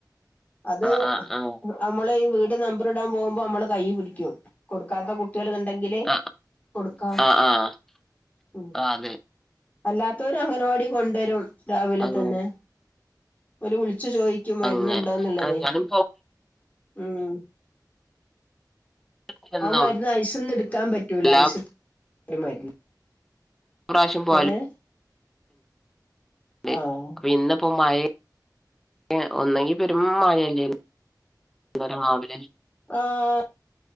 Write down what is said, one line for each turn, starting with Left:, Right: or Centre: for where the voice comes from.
Left: അത്
Centre: ആഹ് ആഹ്
Left: അമ്മള് ഈ വീട് നമ്പറിടാൻ പോമ്പോ അമ്മള് കൈ പിടിക്കും കൊടുക്കാത്ത കുട് ട്ടീകള് കണ്ടെങ്കിലേ
Centre: ആഹ് ആഹ്
Left: കൊടുക്കാം
Centre: ആഹ് ആഹ്
Left: ഉം
Centre: ആഹ് അതെ
Left: അല്ലാത്തോരു അങ്കനവാടീ കൊണ്ടാരും രാവിലെത്തന്നെ
Centre: അങ്ങ്
Left: ഓര് വിള് ച്ചു ചോയ്ക്കും വരുന്നുണ്ടോന്നുള്ളതെ
Centre: അങ്ങനെ ഞാനും
Left: ഊം
Centre: പോവലില്ലെന്നും
Left: ആ മരുന്ന് ഐസൊന്നെടുക്കാൻ പറ്റൂല
Centre: എല്ലാ
Left: ആയ്സ്സ് <unintelligible> മരുന്ന്
Centre: പ്രാശ്യം പോആലോ
Left: ഏഹ്
Centre: ലേ
Left: ആഹ്
Centre: അപ്പൊ ഇന്നപ്പോ മയേ ഏഹ് ഒന്നെങ്കി പെരും മഴല്ലേനിയോ വ്ടെ രാവിലെ
Left: ആഹ്